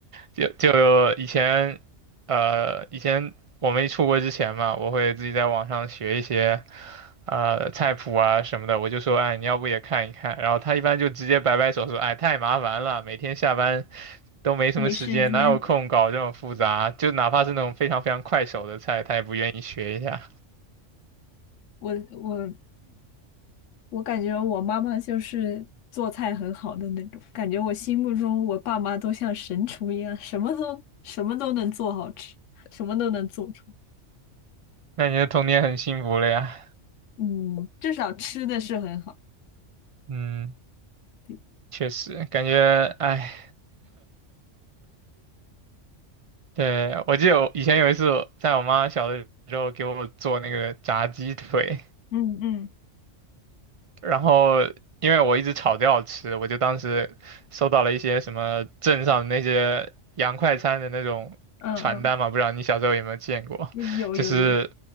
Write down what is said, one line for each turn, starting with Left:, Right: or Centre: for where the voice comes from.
Right: 就就以前，呃，以前我没出国之前嘛，我会自己在网上学一些，呃，菜谱啊什么的。我就说，哎，你要不也看一看？然后她一般就直接摆摆手说，哎，太麻烦了，每天下班都没什么时间，
Left: 没时间，
Right: 哪有空搞这种复杂？就哪怕是那种非常非常快手的菜，她也不愿意学一下。
Left: 我我我感觉我妈妈就是做菜很好的那种，感觉我心目中我爸妈都像神厨一样，什么都什么都能做好吃，什么都能做出。
Right: 那你的童年很幸福了呀。
Left: 嗯，至少吃的是很好。
Right: 嗯，
Left: 对，
Right: 确实，感觉，哎，<laughs> 对，我记得我以前有一次我在我妈小的时候给我做那个炸鸡腿，
Left: 嗯嗯
Right: 然后因为我一直吵着要吃，我就当时收到了一些什么镇上的那些洋快餐的那种传单嘛，
Left: 嗯
Right: 不知道你小时候有没有见过，
Left: 嗯，有有有，
Right: 就是